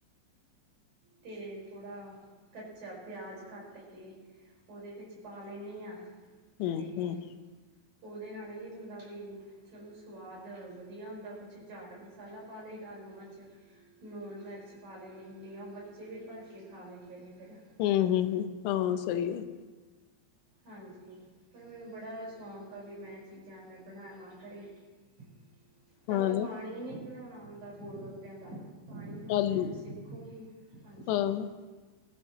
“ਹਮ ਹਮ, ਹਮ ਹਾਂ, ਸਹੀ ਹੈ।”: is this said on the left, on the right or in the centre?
Left